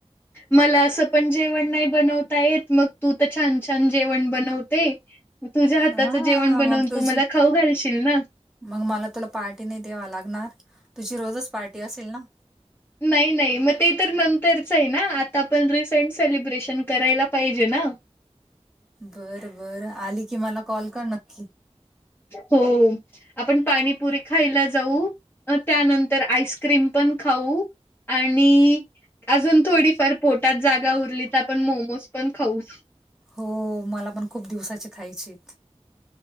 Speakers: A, on the left; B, in the centre.
A: मला अस पण जेवण नाही बनवता येत मग तू तर छान छान जेवण बनवते तुझ्या हाताचं
B: हा
A: जेवण बनवून
B: मग तुझी
A: तू मला खाऊ घालशील ना.
B: मग मला तुला पार्टी नाही दवा लाग तुझी रोजच पार्टी असेल ना
A: नाही नाही मग ते नंतरच आहे ना आता आपण रिसेंट सेलिब्रेशन करायला पाहिजे ना
B: बर बरं आली की मला कॉल कर नक्की
A: हो आपण पाणीपुरी खायला जाऊ अ त्यानंतर आईस्क्रीम पण खाऊ आणि अजून थोडीफार पोटात जागा उरली तर आपण मोमोज पण खाऊ
B: हो ऽऽमला पण खूप दिवसाचे खायचेऽऽ